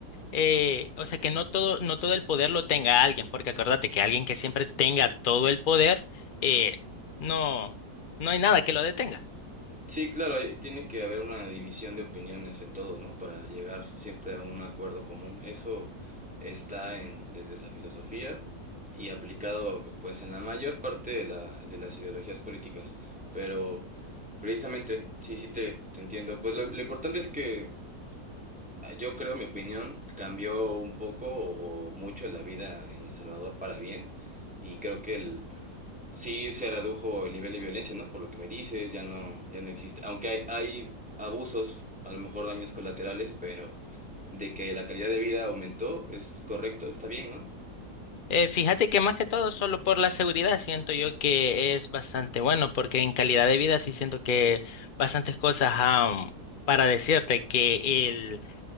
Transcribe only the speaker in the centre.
Sí, claro, hay- tiene que haber una división de opiniones en todo, ¿no? Para llegar siempre a un acuerdo común. Eso está en, desde la filosofía y aplicado pues en la mayor parte de la, de las ideologías políticas. Pero precisamente, sí, sí te, te entiendo. Pues lo, lo importante es que ah, yo creo, mi opinión, cambió un poco o, o mucho la vida en El Salvador para bien. Y creo que sí se redujo el nivel de violencia, ¿no? Por lo que me dices, ya no, ya no existe. Aunque hay, hay abusos, a lo mejor daños colaterales, pero de que la calidad de vida aumentó, es correcto, está bien, ¿no?